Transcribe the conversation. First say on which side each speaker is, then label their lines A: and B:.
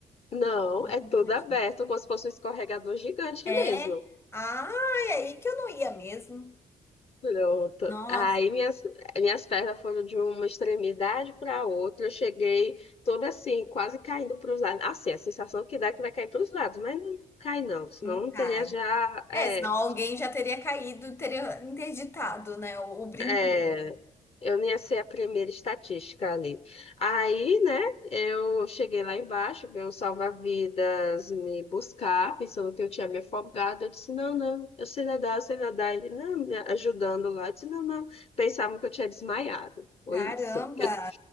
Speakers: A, on the left (about 45°); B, on the left (about 15°).
A: Não,
B: Tô
A: é
B: confundindo.
A: todo aberto, como se fosse um escorregador gigante
B: É.
A: mesmo.
B: Ah, é aí que eu não ia mesmo.
A: Pronto.
B: Nossa,
A: Aí minhas, minhas pernas foram de uma extremidade para outra. Eu cheguei toda assim, quase caindo para os lados. Assim, a sensação que dá é que vai cair para os lados, mas não cai não, senão
B: não
A: eu
B: cai.
A: teria já é,
B: É, senão alguém já teria caído, teria interditado, né, o, o brinquedo.
A: É, eu não ia ser a primeira estatística ali. Aí, né, eu cheguei lá embaixo, veio um salva-vidas me buscar, pensando que eu tinha me afogado. Eu disse, não, não, eu sei nadar, eu sei nadar. Ele, não, me ajudando lá. Eu disse, não, não. Pensavam que eu tinha desmaiado. Foi
B: Caramba.
A: isso. Que eu,